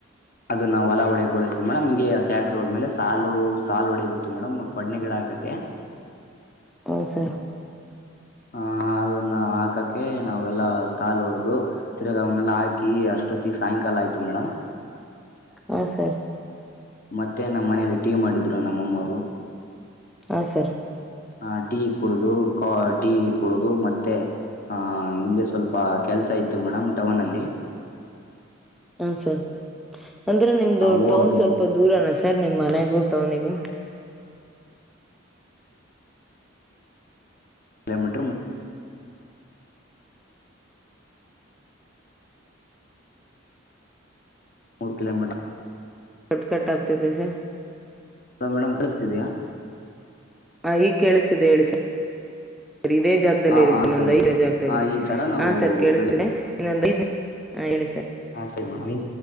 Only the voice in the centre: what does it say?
ಹೌದ್ ಸರ್.
ಹಾ ಸರ್.
ಹಾ ಸಾರ್.
ಹ ಸರ್ ಅಂದ್ರೆ ನಿಮ್ದು
ಟೌನ್
ಸ್ವಲ್ಪ ದೂರನ ಸಾ ಸರ್ ನಿಮ್ಮನೆಗು ಟೌನಿಗೂ.
ಕಟ್ಕಟ್ ಆಗ್ತದೆಸ.
ಹ ಈಗ ಕೇಳಿಸ್ತಿದೆ ಹೇಳಿ ಸಾರ್. ಇದೇ ಜಾಗದಲ್ಲಿ
ಇರಿ
ಸರ್ ಇನ್ನೊಂದ್
ಐದೇ ಜಾಗದಾಗರಿ
ಹಾ ಸರ್ ಕೇಳಿಸ್ತಿದೆ
ಇನ್ನೊಂದ್ ಐ ಹಾ ಹೇಳಿ ಸರ್.